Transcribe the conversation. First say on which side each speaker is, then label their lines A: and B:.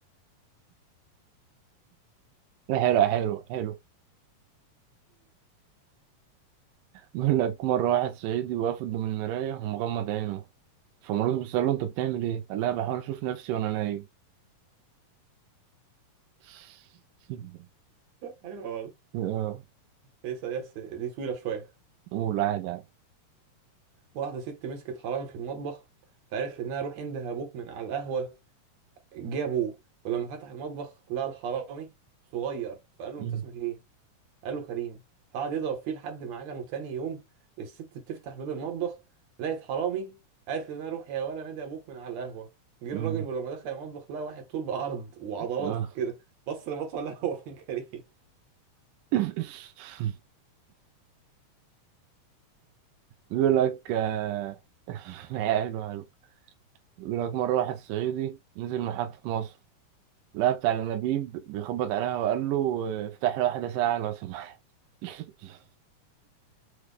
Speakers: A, on the right; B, on the right.
A: لا، حلو حلو حلو بيقول لك مرة واحد صعيدي واقف قدام المراية ومغمض عينه فمراته بتسأله أنت بتعمل إيه؟ قال لها بحاول أشوف نفسي وأنا نايم <laughs>
B: حلوة والله
A: اه
B: لسه لسه دي طويلة شوية
A: قول عادي عادي
B: واحدة ست مسكت حرامي في المطبخ فقالت لابنها روح انده ابوك من على القهوة جه ابوه ولما فتح المطبخ لقى الحرامي صغير فقال له
A: <laughs>
B: انت
A: مم.
B: اسمك ايه؟ قال له كريم فقعد يضرب فيه لحد ما عجنه تاني يوم الست بتفتح باب المطبخ لقيت حرامي قالت لابنها روح يا ولا نادي ابوك من على القهوة جه
A: مم.
B: الراجل ولما دخل المطبخ لقى واحد طول بعرض وعضلات
A: اه
B: كده بص لمطوه القهوة فين كريم
A: <laughs> بيقول لك آه، <laughs> حلو حلو بيقول لك مرة واحد صعيدي نزل محطة مصر لقى بتاع الأنابيب بيخبط عليها وقال له افتح لي واحدة ساعة لو سمحت <laughs>